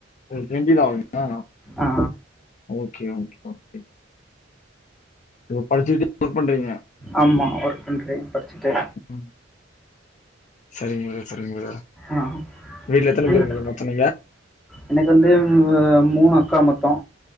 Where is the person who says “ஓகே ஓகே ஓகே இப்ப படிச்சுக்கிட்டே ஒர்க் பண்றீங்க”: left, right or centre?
Left